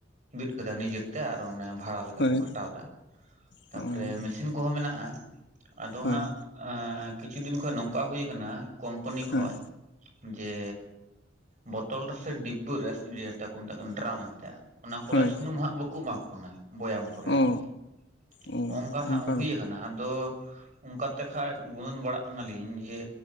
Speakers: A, on the right; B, on the left.
A: ᱵᱤᱫ ᱠᱮᱫᱟ ᱱᱤᱡᱮᱛᱮ ᱟᱨ ᱚᱱᱮ ᱵᱷᱟᱲᱟ ᱞᱮᱠᱟ
B: ᱦᱳᱭ
A: ᱠᱚ ᱠᱷᱟᱴᱟᱣ ᱫᱟ ᱛᱟᱯᱚᱨᱮ
B: ᱚ
A: ᱢᱮᱥᱤᱱ ᱠᱚᱦᱚᱸ ᱢᱮᱱᱟᱜᱼᱟ ᱟᱫᱚ
B: ᱦᱳᱭ
A: ᱦᱟᱸᱜ ᱟ ᱠᱤᱪᱷᱩ ᱫᱤᱱ ᱠᱷᱚᱱ ᱱᱚᱝᱠᱟ ᱦᱩᱭᱩᱠ ᱠᱳᱢᱯᱟᱱᱤ ᱠᱷᱚᱡ
B: ᱦᱳᱭ
A: ᱡᱮ ᱵᱚᱛᱚᱞ ᱥᱮ ᱰᱤᱵᱵᱚ ᱨᱮ <unintelligible> ᱠᱚ ᱢᱮᱛᱟᱜ ᱠᱟᱱᱟ ᱰᱮᱨᱟᱢ ᱛᱮ ᱚᱱᱟ ᱠᱚᱨᱮ
B: ᱦᱳᱭ
A: ᱥᱩᱱᱩᱢ ᱦᱟᱸᱜ ᱵᱟᱠᱩ ᱮᱢᱟ ᱠᱚ ᱠᱟᱱᱟ ᱵᱚᱭᱟᱢ ᱠᱚᱨᱮ
B: ᱚ
A: ᱟᱨᱠᱤ
B: ᱚ
A: ᱦᱚᱝᱠᱟ ᱦᱟᱸᱜ
B: ᱚᱱᱠᱟ
A: ᱦᱩᱭ ᱠᱟᱱᱟ ᱟᱫᱚ ᱚᱱᱠᱟ ᱛᱮ ᱠᱷᱟᱡ ᱜᱩᱱᱟᱹᱱ ᱵᱟᱲᱟᱜ ᱠᱟᱱᱟᱞᱤᱧ ᱡᱮ